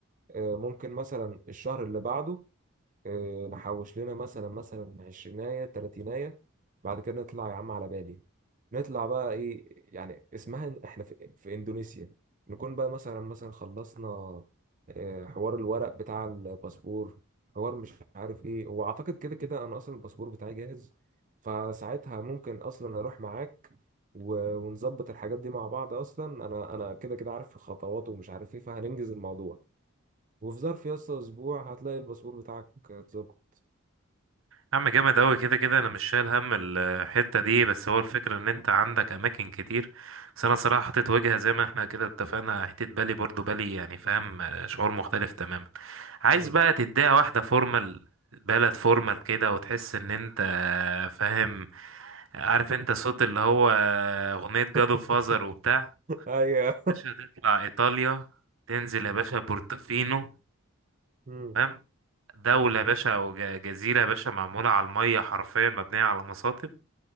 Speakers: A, on the right; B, on the right.
A: إيه، ممكن مثلا الشهر اللي بعده آه، نحوش لنا مثلا مثلا عشريناية تلاتيناية بعد كده نطلع يا عم على بالي نطلع بقى ايه يعني اسمها إن- احنا في, في اندونيسيا نكون بقى مثلا مثلا خلصنا آه، حوار الورق بتاع الباسبور حوار مش عارف ايه هو اعتقد كده كده انا اصلا الباسبور بتاعي جاهز فساعتها ممكن اصلا اروح معاك و- ونظبط الحاجات دي مع بعض اصلا انا انا كده كده عارف الخطوات ومش عارف ايه فهننجز الموضوع وفي ظرف يا اسطى اسبوع هتلاقي الباسبور بتاعك اتظبط
B: يا عم جامد أوي كده كده أنا مش شايل هم ال- الحتة دي بس هو الفكرة إن أنت عندك أماكن كتير بس أنا صراحة حطيت وجهة زي ما احنا كده اتفقنا حتة بالي برضو بالي يعني فاهم آه، شعور مختلف تماما عايز
A: مم.
B: بقى تديها واحدة فورمال بلد فورمال كده وتحس إن أنت آه، فاهم عارف أنت صوت اللي هو آه، أغنية جادو
A: <laughs>
B: فازر وبتاع
A: ايوه
B: باشا تطلع إيطاليا تنزل يا باشا بورتوفينو
A: مم.
B: تمام دولة يا باشا أو ج- جزيرة يا باشا معمولة على المية حرفيا مبنية على مصاطب